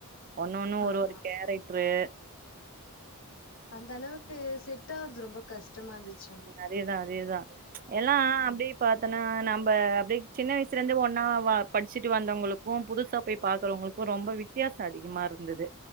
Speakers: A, on the right; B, on the left.
A: ஒன்னொன்னு
B: ஆமா
A: ஒரு-ஒரு கேரட்ரு
B: அந்த அளவுக்கு செ ட்டாவறது ரொம்ப கஷ்டமா இருந்துச்சா
A: அதேதா அதேதா எல்லா அப்டியே பா இப்பனா நம்ம அப்டியே சின்ன வயசுல இருந்து ஒன்னா படிச்சுட்டு வந்தவங்களுக்கு புதுசா போய் பாக்குறவங்களுக்கும் ரொம்ப வித்தியாசம் அதிகமா இருந்தது